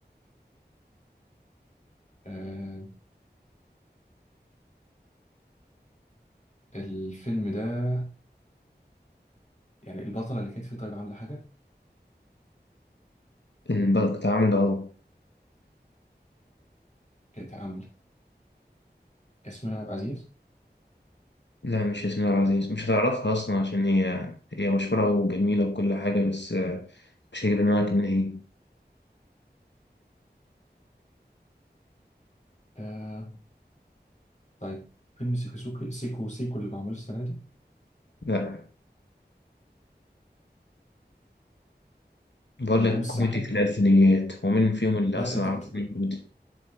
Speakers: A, on the left; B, on the left.
A: آه الفيلم ده يعني البطلة اللي كانت فيه طيب عاملة حاجة؟
B: البنك ده عامله
A: كانت عاملة ياسمين عبد العزيز
B: لا مش ياسمين عبد العزيز مش هتعرفها أصلا عشان هي هي مشهورة وجميلة وكل حاجة بس آه، مش هيجي في دماغك من هي
A: آه طيب فيلم سيكو سوكي سيكو سيكو اللي معمول السنة دي
B: لا بقول
A: نجوم
B: لك
A: الساحل؟
B: كوميدي في الألفينيات ومين فيهم اللي
A: لا
B: أصلا
A: أنت
B: عرف
A: بت...
B: إن كوميدي